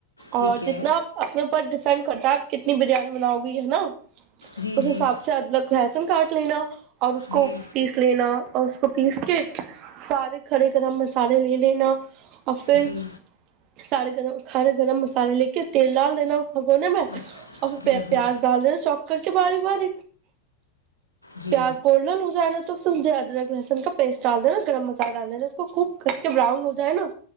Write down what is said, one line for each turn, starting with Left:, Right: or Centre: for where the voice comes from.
Left: ٹھیک
Right: اور
Left: ہے
Right: جتنا اپنے اوپر سینڈ کرتا ہے آپ کتنی بریانی بناؤ گی ہے نا
Left: جی
Right: اس
Left: جی
Right: حساب سے ادلک کاٹ لینا اور اس کو
Left: جی
Right: پیس لینا اور اس کو پیس کے سارے کڑے کرے مسالے لے لین اور پھر
Left: جی
Right: سارے ک کھے گرم مسالے لے کے تیل ڈال دینا گ ن میں
Left: اچھ
Right: اور
Left: جی
Right: پھر
Left: جی
Right: پیاز ڈال دینا چوکر بار بار
Left: جی
Right: پیاز کوول ل لوزانا تومھے ادرک لہسن کا پسٹ ڈال د نا گرم مسالے ڈالا اس کو خوب کھ کے بران ہو جائے نا